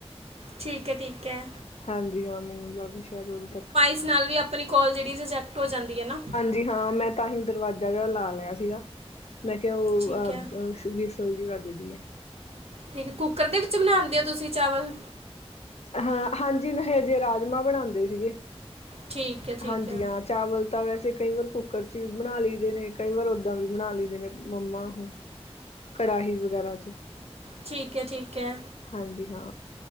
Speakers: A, on the right (about 70°); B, on the left (about 75°).
A: ਠੀਕ ਐ ਠੀਕ ਐ
B: ਹਾਂਜੀ ਹਾਂ ਮੈਨੂੰ ਲੱਗਦਾ ਸ਼ਾਇਦ ਉਦੋਂ ਤੱਕ
A: ਇਸ ਨਾਲ ਵੀ ਆਪਣੀ ਕੋਲ ਜਿਹੜੀ ਰਿਜੈਕਟ ਹੋ ਜਾਂਦੀ ਐ ਨਾ
B: ਜੀ ਹਾਂ ਮੈਂ ਤਾਂ ਹੀ ਦਰਵਾਜ਼ਾ ਜਿਹੜਾ ਲਾ ਲਿਆ ਸੀਗਾ ਮੈਂ ਕਿਹਾ ਉਹ
A: ਠੀਕ
B: ਅ
A: ਹੈ
B: <unintelligible> ਵੱਜਦੀ ਏ
A: ਠੀਕ ਐ ਕੁੱਕਰ ਦੇ ਵਿੱਚ ਬਣਾਉਂਦੇ ਹੋ ਤੁਸੀਂ ਚਾਵਲ
B: ਹਾਂ ਹਾਂਜੀ ਮੈਂ ਹਜੇ ਰਾਜਮਾਂ ਬਣਾਉਂਦੇ ਸੀਗੇ
A: ਠੀਕ ਹੈ ਠੀਕ
B: ਹਾਂਜੀ
A: ਹੈ
B: ਹ ਚਾਵਲ ਤਾਂ ਵੈਸੇ ਕਈ ਵਾਰ ਕੁੱਕਰ ਚ ਵੀ ਬਣਾ ਲਈਦੇ ਨੇ ਕਈ ਵਾਰ ਓਦਾਂ ਵੀ ਬਣਾ ਲਈਦੇ ਨੇ ਮੰਮਾ ਉਹ ਕੜਾਹੀ ਵਗੈਰਾ ਚ
A: ਠੀਕ ਐ ਠੀਕ ਐ
B: ਹਾਂਜੀ ਹਾਂ